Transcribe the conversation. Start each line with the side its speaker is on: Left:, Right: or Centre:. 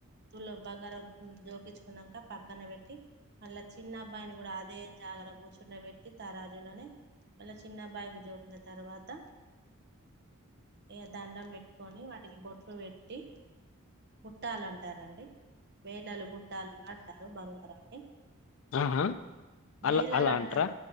Right: తులం బంగారం జోకించుకున్నాక పక్కన పెట్టి మళ్ళా చిన్న అబ్బాయిని కూడా అదే జాగాలో కూర్చుండ పెట్టి త రాజులనే మళ్ళ చిన్నబ్బాయికి జోకిన తర్వాత ఏ దండం పెట్టుకొని వాటికి బొట్లు పెట్టి గుుట్టాల ర అండి బేలలు బుట్టాలు గుడా అంటారు బంగారాన్ని
Left: ఆహా అలా
Right: బేలలంటా
Left: అలా అంటారా